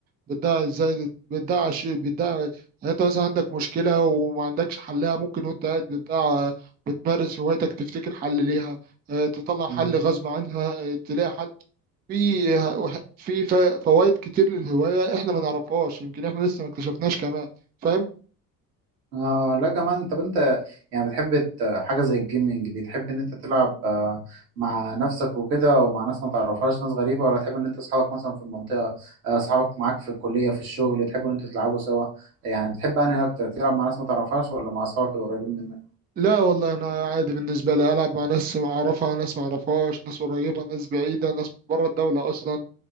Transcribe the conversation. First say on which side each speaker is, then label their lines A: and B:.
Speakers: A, on the right (about 20°); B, on the right (about 65°).
A: بتضيع إزاي بتضيع شيء بتضيع يعني أنت مثلا عندك مشكلة وما عندكش حلها ممكن وأنت قاعد بتضيع بتمارس هوايتك تفتكر حل ليها آه، تطلع حل
B: امم
A: غصب عنها آه، تلاقي حل في ه- في فوائد كتير للهواية احنا ما نعرفهاش يمكن احنا لسه ما اكتشفناش كمان فاهم
B: آه لا كمان طب انت يعني بتحب ت- حاجة زي الجيمنج دي تحب إن أنت تلعب آه، مع نفسك وكده ومع ناس ما تعرفهاش ناس غريبة ولا تحب إن أنت أصحابك مثلا في المنطقة آه، أصحابك معاك في الكلية في الشغل تحبوا إن أنتوا تلعبوا سوا يعني بتحب أنهي أكتر تلعب مع ناس ما تعرفهاش ولا مع أصحابك القريبين منك؟
A: لا والله انا عادي بالنسبة لي العب مع ناس اعرفها ناس ما اعرفهاش ناس قريبة ناس بعيدة ناس بره الدولة اصلا